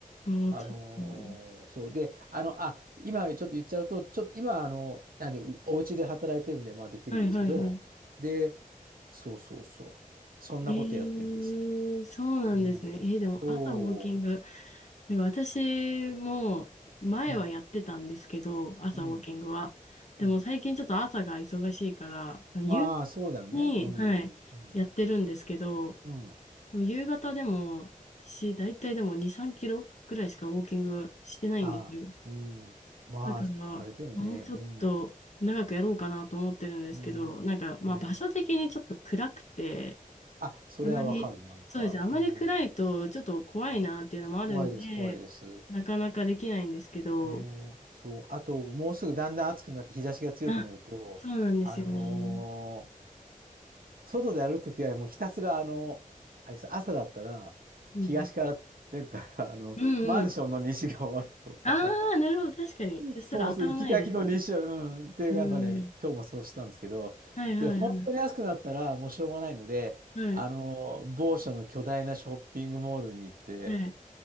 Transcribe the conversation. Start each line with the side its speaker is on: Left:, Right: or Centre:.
Left: もうちょっともう、
Right: あのーそうで、あの、あ、今ちょっと言っちゃうと、ちょっと今、あの、何、お家で働いてるんで、まあできるんですけど、
Left: はい、はい、はい。
Right: で、そうそうそう。そんなことやってます。
Left: えー、そうなんですね。
Right: うん。
Left: えー、でも朝ウォーキング、
Right: おー、
Left: でも私も前はやってたんですけど、
Right: うん、
Left: 朝ウォーキングは。
Right: うん、
Left: でも最近ちょっと朝が忙しいから、
Right: うん。
Left: あの夕
Right: ああ、そうだよね。
Left: に、
Right: うん、
Left: はい、
Right: うん、
Left: やってるんですけど、
Right: うん。
Left: でも夕方でも、私、だいたいでも2、3キロぐらいしかウォーキングしてないんですよ。
Right: ああ、うん。まあ、
Left: だから、
Right: あれだよね。
Left: もうちょっと長くやろうかなと思ってるんですけど、
Right: うん。うん。
Left: なんか、まあ場所的にちょっと暗くて、
Right: ね。あ、それはわかる、
Left: あまり、
Right: なんか。
Left: そうですね、あまり暗いとちょっと怖いなっていうのもあるんで、
Right: うん。うん、怖いです、怖いです。
Left: なかなかできないんですけど、
Right: ね。そう。あと、もうすぐだんだん暑くなって日差しが強くなると、
Left: あ、そうなんですよね。
Right: あのー外で歩くときはもうひたすら、あの、あれです朝だったら、
Left: うん。
Right: 東から出るから、あの、
Left: うんうん。
Right: マンションの西が終わるとか。
Left: ああ、なるほど、確かに。そしたら当たらないですよね。
Right: そうそう、行きがきの2週、うん。で、
Left: うん。
Right: なんかね、今日もそうしたんですけど、
Left: はいはいはい。
Right: で、本当に安くなったらもうしょうがないので、
Left: はい。
Right: あの、某所の巨大なショッピングモールに行って、
Left: はい。